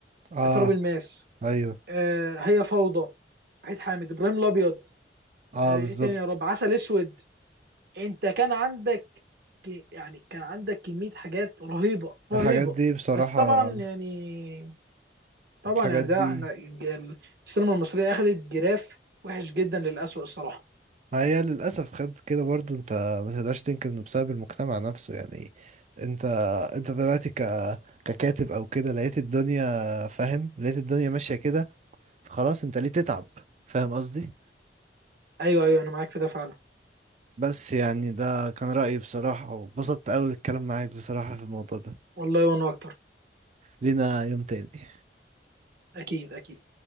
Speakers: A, on the right; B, on the right.
A: آه،
B: تراب الماس
A: ايوه
B: آه هي فوضى وحيد حامد ابراهيم الابيض
A: اه
B: آه
A: بالظبط
B: ايه تاني يا رب عسل اسود انت كان عندك ك- يعني كان عندك كميه حاجات رهيبه رهيبه
A: الحاجات دي بصراحة
B: بس طبعا يعني طبعا
A: الحاجات
B: يعني
A: دي
B: ده انا الج- السينما المصريه اخذت جراف وحش جدا للاسوء الصراحه
A: ما هي للأسف خد كده برضو انت ما تقدرش تنكر انه بسبب المجتمع نفسه يعني انت انت دلوقتي ك... ككاتب او كده لقيت الدنيا فاهم لقيت الدنيا ماشية كده خلاص انت ليه تتعب فاهم قصدي
B: ايوه ايوه انا معاك في ده فعلا
A: بس يعني ده كان رأيي بصراحة وبسطت قوي الكلام معاك بصراحة في الموضوع ده
B: والله وانا اكتر
A: لينا يوم تاني
B: اكيد اكيد